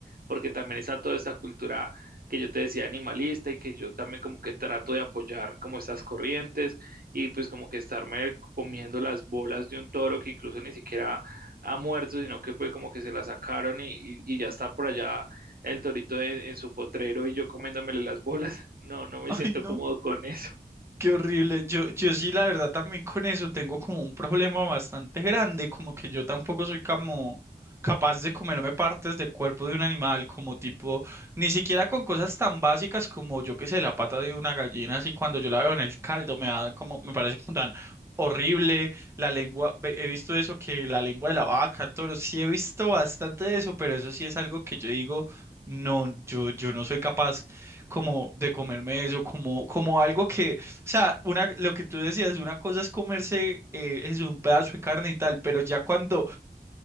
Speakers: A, on the right (about 65°); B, on the right (about 15°).
A: porque también está toda esta cultura que yo te decía animalista y que yo también como que trato de apoyar como estas corrientes y pues como que estarme comiendo las bolas de un toro que incluso ni siquiera ha muerto, sino que fue como que se la sacaron y, y- y ya está por allá el torito en, en su potrero y yo comiéndomele las bolas. <laughs> No, no me
B: <laughs>
A: siento
B: ay, no.
A: cómodo con eso.
B: Qué horrible. Yo, yo sí, la verdad, también con eso tengo como un problema bastante grande, como que yo tampoco soy como capaz de comerme partes del cuerpo de un animal, como tipo, ni siquiera con cosas tan básicas como yo que sé, la pata de una gallina, así cuando yo la veo en el caldo me da como, me parece como tan horrible, la lengua, ve- he visto eso que la lengua de la vaca, el toro, sí he visto bastante de eso, pero eso sí es algo que yo digo, no, yo, yo no soy capaz como de comerme eso, como, como algo que o sea, una, lo que tú decías, una cosa es comerse eh, es un pedazo de carne y tal, pero ya cuando